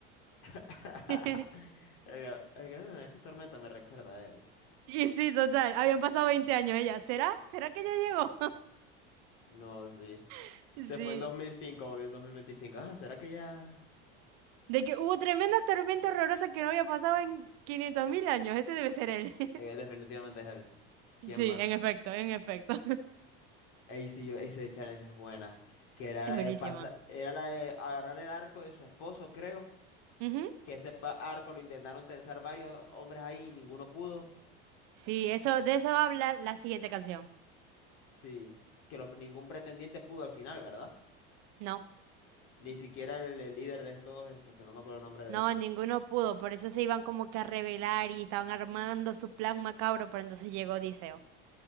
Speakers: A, on the left; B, on the right.
A: <laughs>
B: <laughs>
A: Oiga, oiga, "Ah, Esa tormenta me recuerda a él.
B: Y sí, total, habían pasado 20 años ella. ¿Será? ¿Será que ya llegó?
A: No, sí.
B: <laughs>
A: Se
B: Sí.
A: fue en dos mil cinco volvió en dos mil veinticinco Ah, ¿será que ya...?
B: De que hubo tremenda tormenta horrorosa que no había pasado en quinientos mil años. Ese debe ser él. <laughs>
A: Eh, definitivamente es él. ¿Quién
B: Sí,
A: más?
B: en efecto, en efecto. <laughs>
A: Ahí sí yo, ese challenge es buena. Que era
B: Es
A: la
B: buenísima.
A: de pasa era la de agarrar el arco de su esposo, creo.
B: Ujú.
A: Que ese pa- arco lo intentaron tensar varios hombres ahí y ninguno pudo.
B: Sí, eso, de eso va a hablar la siguiente canción.
A: Sí, que lo- ningún pretendiente pudo al final, ¿verdad?
B: No,
A: Ni siquiera el, el líder de todos estos, que no me acuerdo el nombre de
B: no,
A: él.
B: ninguno pudo, por eso se iban como que a revelar y estaban armando su plan macabro, pero entonces llegó Odiseo.